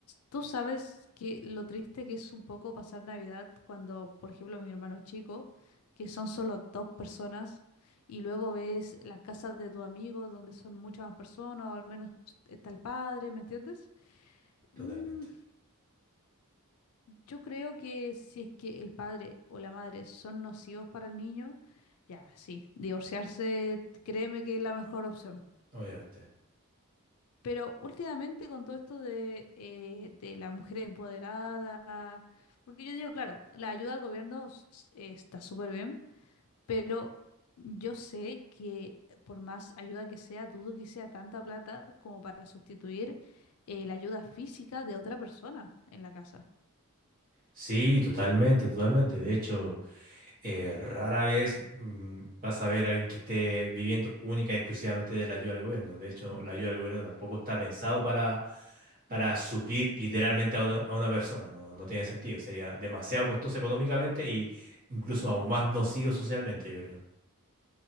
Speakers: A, on the left; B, on the right.
A: tú sabes que lo triste que es un poco pasar Navidad cuando, por ejemplo, mi hermano chico, que son solo dos personas, y luego ves las casas de tus amigos donde son muchas más personas, o al menos está el padre, ¿me entiendes? Mm,
B: Totalmente,
A: yo creo que si es que el padre o la madre son nocivos para el niño, ya, sí, divorciarse, créeme que es la mejor opción.
B: obviamente.
A: Pero últimamente con todo esto de, eh, de la mujer empoderada, porque yo digo, claro, la ayuda al gobierno s- s- eh, está súper bien, pero yo sé que por más ayuda que sea, dudo que sea tanta plata como para sustituir eh, la ayuda física de otra persona en la casa.
B: Sí, totalmente, totalmente. De hecho, eh, rara vez mm, vas a ver a alguien que esté viviendo única y exclusivamente de la ayuda del gobierno. De hecho, la ayuda del gobierno tampoco está pensado para, para suplir literalmente a una, a una persona. No, no tiene sentido. Sería demasiado costoso económicamente y incluso aún más nocivo socialmente, yo creo.